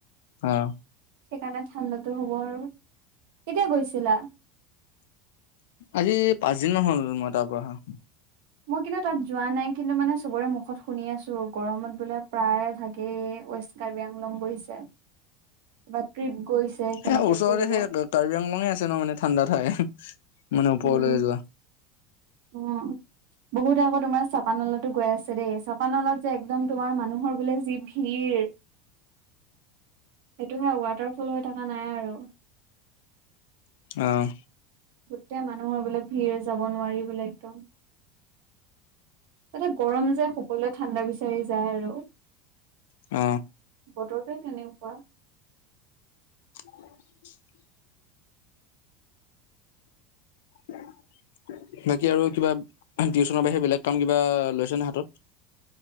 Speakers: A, on the left; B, on the right.
A: অ,
B: সেইকাৰণে ঠাণ্ডাটো হ'ব আৰু, কেতিয়া গৈছিলা?
A: আজি পাঁচদিনমান হ'ল মই তাৰ পৰা অহা।
B: মই কিন্তু তাত যোৱা নাই কিন্তু মানে চবৰে মুখত শুনি আছোঁ গৰমত বোলে প্ৰায় ভাগে ৱেষ্ট কাৰ্বি আংলং গৈছে কিবা ট্ৰিপ গৈছে, সেনেকে
A: সেই ওচৰতে
B: ফুৰিব
A: সেই কাৰ্বি আংলঙে আছে ন মানে ঠাণ্ডা ঠাই। মানে ওপৰলৈ
B: উম,
A: যোৱা
B: অ। বহুতে আকৌ তোমাৰ চাপা নলাতো গৈ আছে দেই চাপা নলাত যে একদম তোমাৰ মানুহৰ বোলে যি ভিৰ। সেইটো হে ৱাটাৰফল হৈ থকা নাই আৰু।
A: অ,
B: গোটেই মানুহৰ বোলে ভিৰ যাব নোৱাৰি বোলে একদম। তাতে গৰম যে সকলোৱে ঠাণ্ডা বিচাৰি যায় আৰু।
A: অ,
B: বতৰটোৱেই কেনেকুৱা।
A: <inaudible>
B: <unintelligible>
A: বাকী আৰু কিবা টিউচনৰ বাহিৰে বেলেগ কাম কিবা লৈছনে হাতত?